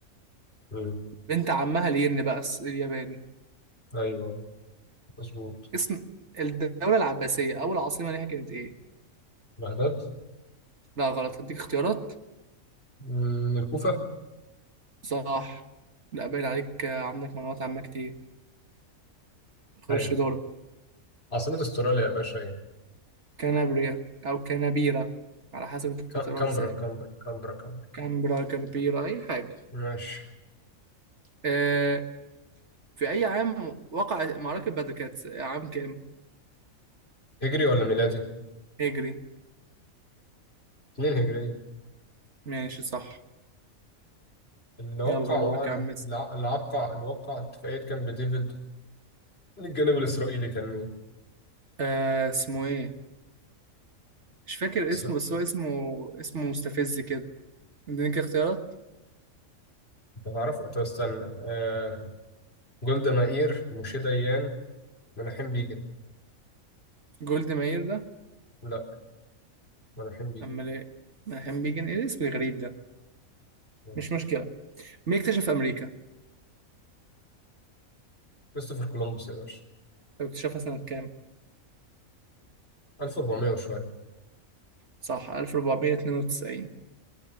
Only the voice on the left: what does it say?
مم.
أيوه مظبوط
بغداد
مم، الكوفة
أيوة
عاصمة استراليا يا باشا إيه
ك-
ك-
كامبرا
كامبرا كامبرا كامبرا
ماشي
هجري ولا ميلادي؟
اتنين هجرية
اللي وقع
معاهدة
الع- اللي وقع اللي وقع اتفاقية كامب ديفيد من الجانب الإسرائيلي كان مين؟
إسرائيل
أنت تعرف؟ طب استنى آه... جولدا مائير موشي ديان مناحيم بيجن
لا مناحيم بيجن
آه.
كريستوفر كولومبوس يا باشا
1400 وشوية